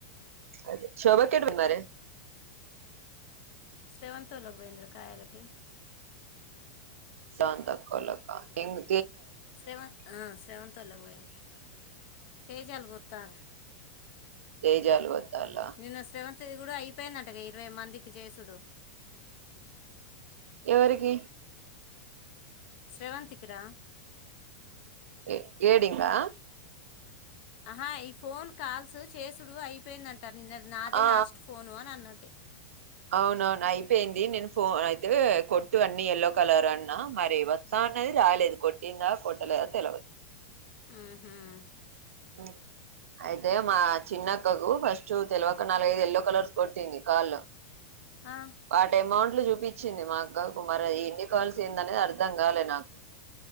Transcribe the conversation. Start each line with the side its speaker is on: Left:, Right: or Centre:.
Right: అదే శోభక్కేట మన్నరె
Left: శ్రీవంతివొళ్ళకి పోయేది రా కాయలకి
Right: స్రవంతి అక్కోళ్ళాక ఇంగ్
Left: శ్రేవంత శ్రేవంతంతో వొళ్ళకి పొ తేజఅల్లు కొత్తరు
Right: తేజాలు వద్దాల
Left: నిన్న శ్రవంతి కూడా అయి చెప్పేందట్టుగా ఇరవై మందికి చేసుడు
Right: ఎవరికి
Left: శ్రేవంతి కీ రా
Right: ఏ ఎడింగా
Left: ఆహా ఈ ఫోన్ కాల్స్ చేసుడు అయిపోయిందంటారు నిన్న నాదే
Right: ఆ
Left: లాస్ట్ ఫోను అని అన్నది
Right: అవునవును అయిపోయింది నేను ఫోన్ అయితే కొట్టు అన్ని ఎయల్లో కలర్ అన్నా మరి వస్తాను అన్నది రాలేదు కొట్టిందా కొట్టలేదా తెలియదు
Left: హ్మ్ హ్మ్
Right: అ అయితే మా చిన్నక్కకు ఫస్ట్ తెలివక నాలుగైదు ఎయల్లో కలర్స్ కొట్టింది కాళ్ల్లో
Left: ఆ,
Right: వాటి అమౌంట్ లో చూపించింది మా అక్క కు మరి ఎన్ని కాల్సిందనేది అర్థం కాలే నాకు